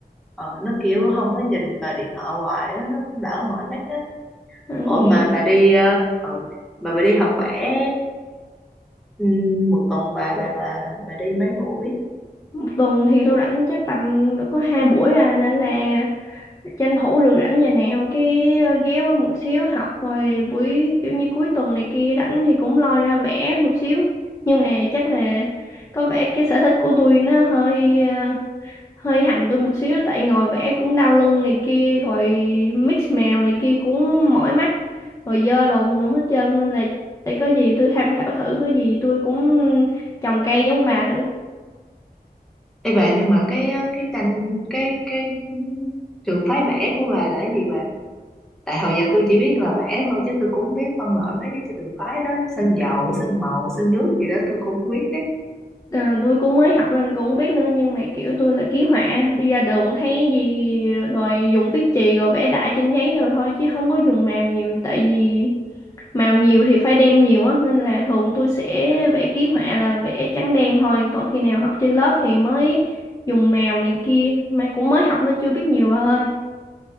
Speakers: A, in the centre; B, on the left.
A: ờ, nó kiểu không có nhìn vào điện thoại hoài á, nó cũng đỡ mỏi mắt á
B: ờ,
A: ủa
B: nghĩ
A: mà bà đi ờ, ừ, mà bà đi học vẽ ừm, một tuần bà bà bà bà đi mấy buổi
B: một tuần thì tôi rảnh chắc tầm được có hai buổi à nên là tranh thủ được rảnh giờ nào cái ờ, ghé qua một xíu học rồi buổi kiểu như cuối tuần này kia rảnh thì cũng lôi ra vẽ một xíu nhưng mà chắc là có vẻ cái sở thích của tôi nó hơi ờ, hơi hành tôi một xíu tại ngồi vẽ cũng đau lưng này kia rồi mix mèo này kia cũng mỏi mắt rồi dơ đồ tùm lum hết trơn nên là để có gì tôi tham khảo thử có gì tôi cũng trồng cây giống bà thử
A: Ê bà nhưng mà cái cái tranh cái cái trường phái vẽ của bà là cái gì bà? Tại hồi giờ tôi chỉ biết là vẽ thôi chứ tôi cũng không biết phân loại mấy cái trường phái đó sơn dầu, sơn màu, sơn nước gì đó tôi cũng không biết đấy.
B: Ờ, tôi cũng mới học nên cũng không biết nữa nhưng mà kiểu tôi là ký họa đi ra đường thấy cái gì rồi dùng viết chì rồi vẽ đại trên giấy rồi thôi chứ không có dùng mèo nhiều tại vì màu nhiều thì phải đem nhiều á nên là thường tôi sẽ vẽ ký họa là vẽ trắng đen thôi còn khi nào học trên lớp thì mới dùng màu này kia mà cũng mới học nó chưa biết nhiều bà ơi